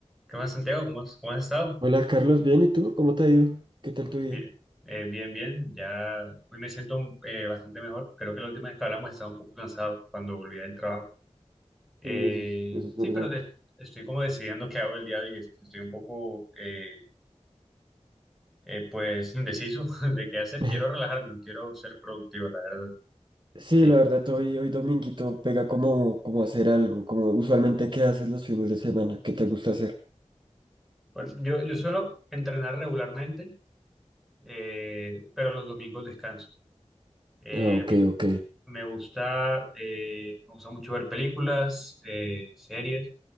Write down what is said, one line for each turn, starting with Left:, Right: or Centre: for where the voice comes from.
Centre: ¿Qué más, Santiago? ¿Cómo has, cómo has estado?
Right: Hola Carlos, bien, ¿y tú? ¿Cómo te ha ido? ¿Qué tal
Centre: Uf,
Right: tu día?
Centre: bien, eh, bien, bien. Ya hoy me siento eh, bastante mejor. Creo que la última vez que hablamos estaba un poco cansado cuando volví del trabajo. Eh,
Right: Sí, eso es, eso es
Centre: sí,
Right: verdad.
Centre: pero de- estoy como decidiendo qué hago el día de hoy. que Estoy un poco, eh, eh, pues, indeciso <laughs> de qué hacer.
Right: <laughs>
Centre: Quiero relajarme, no quiero ser productivo, la verdad.
Right: Sí,
Centre: Eh,
Right: la verdad, hoy, hoy dominguito pega como, como hacer algo, como usualmente qué haces los fines de semana, qué te gusta hacer.
Centre: bueno, yo, yo suelo entrenar regularmente, eh, pero los domingos descanso. Eh,
Right: Ah, ok,
Centre: a mí
Right: ok,
Centre: Me gusta, eh, me gusta mucho ver películas, eh, series.